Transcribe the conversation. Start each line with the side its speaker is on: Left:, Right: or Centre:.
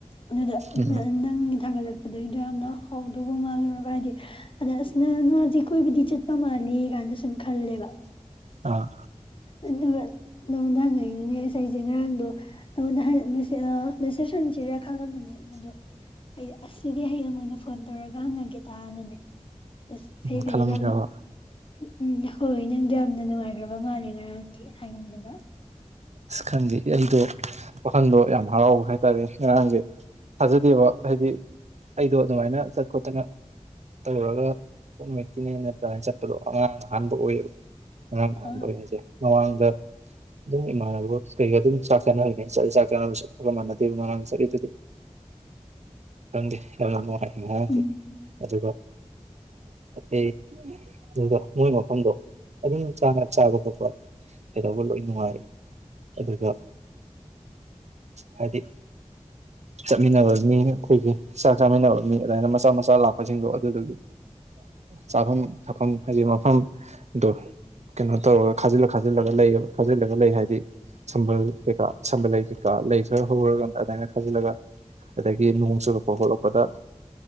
Left: ꯑꯗꯨꯗ
Right: ꯎꯝ
Left: ꯅꯪꯒꯤ ꯊꯥꯡꯒꯠꯂꯛꯄꯗꯒꯤꯩꯗꯣ ꯌꯥꯝꯅ ꯍꯥꯎꯗꯧꯕ ꯃꯥꯜꯂ ꯍꯥꯏꯗꯤ ꯑꯗ ꯑꯁꯅ ꯅꯁꯦ ꯀꯣꯏꯕꯨꯗꯤ ꯆꯠꯄ ꯃꯥꯂꯦ ꯀꯥꯟꯗ ꯁꯨꯝ ꯈꯜꯂꯦꯕ
Right: ꯑꯥ
Left: ꯑꯗꯨꯒ ꯅꯪꯉꯣꯟꯗ ꯍꯪꯉꯛꯏꯁꯤꯅꯦ ꯉꯁ ꯑꯩꯁꯦ ꯉꯔꯥꯡꯗꯣ ꯅꯉꯣꯟꯗ ꯃꯦꯁꯦꯞ ꯍꯟꯁꯤꯔ ꯈꯪꯂꯝꯕꯅꯦ ꯑꯗꯨꯗꯣ ꯑꯩ ꯑꯁꯤꯗꯤ ꯍꯌꯦꯡ ꯑꯣꯏꯅ ꯐꯣꯟ ꯇꯧꯔꯒ ꯍꯪꯉꯒꯦ ꯇꯅꯅꯦ ꯑꯁ ꯐ
Right: ꯎꯝ
Left: ꯐ
Right: ꯈꯜꯂꯝꯃꯤꯔꯕ
Left: ꯌꯥꯝ ꯎꯝ ꯍꯣꯏ ꯅꯪꯗꯣ ꯌꯥꯝꯅ ꯅꯨꯡꯉꯥꯏꯈ꯭ꯔꯕ ꯃꯥꯜꯂꯦ ꯉꯔꯥꯡꯗꯤ ꯍꯥꯏꯉꯝꯗꯅ
Right: ꯑꯁ ꯈꯪꯗꯦ ꯑꯩꯗꯣ ꯋꯥꯈꯟꯗꯣ ꯌꯥꯝ ꯍꯔꯥꯎꯕ ꯍꯥꯏ ꯇꯔꯦ ꯉꯔꯥꯡꯁꯦ ꯊꯥꯖꯗꯦꯕ ꯍꯥꯏꯗꯤ ꯑꯩꯗꯣ ꯑꯗꯨꯃꯥꯏꯅ ꯆꯠ ꯈꯣꯠꯇꯅ ꯇꯧꯔꯒ ꯍꯣꯝꯃꯦꯠꯀꯤꯅꯦ ꯅꯠꯇꯅ ꯆꯠꯄꯗꯣ ꯑꯉꯥꯡ ꯑꯍꯥꯟꯕ ꯑꯣꯏꯌꯦꯕ ꯑ
Left: ꯑꯥ
Right: ꯣꯏꯖꯦ ꯃꯃꯥꯡꯗ ꯏꯃꯥꯟꯅꯕ ꯀꯩꯒ ꯑꯗꯨꯝ ꯆꯥꯛ ꯆꯥꯅꯍꯅꯤ ꯆꯠꯂꯤ ꯆꯥꯛ ꯆꯥꯅꯕꯁꯨ ꯈꯕ ꯃꯥꯟꯅꯗꯦꯕ ꯉꯉꯥꯡ ꯆꯠꯂꯤꯗꯨꯗꯤ ꯈꯪꯗꯦ ꯌꯥꯝꯅ ꯅꯨꯡꯉꯥꯏ
Left: ꯎꯝ
Right: ꯁꯦ ꯑꯗꯨꯒ ꯑꯦ ꯑꯗꯨꯒ ꯃꯣꯏ ꯃꯐꯝꯗꯣ ꯑꯗꯨꯝ ꯆ ꯆꯥꯕ ꯈꯣꯠꯄ ꯀꯩꯗꯧꯕ ꯂꯣꯏ ꯅꯨꯡꯉꯥꯏ ꯑꯗꯨꯒ ꯍꯥꯏꯗꯤ ꯆꯠꯃꯤꯟꯅꯕ ꯃꯤ ꯑꯩꯈꯣꯏꯒꯤ ꯆꯥꯛ ꯆꯥꯃꯤꯟꯅꯕ ꯃꯤ ꯑꯗꯨꯃꯥꯏꯅ ꯃꯆꯥ ꯃꯆꯥ ꯂꯥꯛꯄꯁꯤꯡꯗꯣ ꯑꯗꯨꯗꯨꯒꯤꯥ ꯆꯥꯐꯝ ꯊꯛꯐꯝ ꯍꯥꯏꯗꯤ ꯃꯐꯝꯗꯣ ꯀꯩꯅꯣ ꯇꯧꯔꯒ ꯈꯥꯖꯤꯜꯂ ꯈꯥꯖꯤꯜꯂꯒ ꯂꯩ ꯈꯥꯖꯤꯜꯂꯒ ꯂꯩ ꯍꯥꯏ ꯍꯥꯏꯗꯤ ꯁꯝꯕꯜ ꯀꯩꯀꯥ ꯁꯝꯕꯜ ꯂꯩ ꯀꯩꯀꯥ ꯂꯩ ꯈꯔ ꯍꯧꯔꯒ ꯑꯗꯨꯃꯥꯏꯅ ꯈꯥꯖꯤꯜꯂꯒ ꯑꯗꯒꯤ ꯅꯣꯡ ꯆꯨꯔꯛꯄ ꯈꯣꯠꯂꯛꯄꯗ